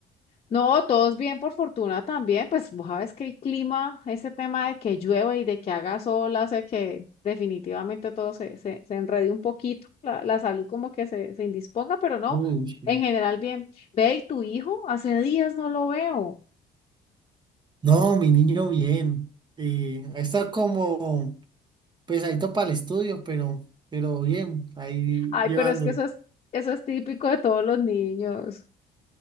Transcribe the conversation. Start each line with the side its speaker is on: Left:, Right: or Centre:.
Left: No, todos bien, por fortuna también. Pues vos sabes que el clima, ese tema de que llueve y de que haga sol, hace que definitivamente todo se, se, se enrede un poquito, la, la salud como que se, se indisponga, pero no,
Right: Uy, sí.
Left: en general bien. Ve, ¿y tu hijo? Hace días no lo veo.
Right: No, mi niño bien. Eh, está como pesadito para el estudio, pero, pero bien, ahí
Left: Ay,
Right: llevándolo.
Left: pero es que eso es, eso es típico de todos los niños.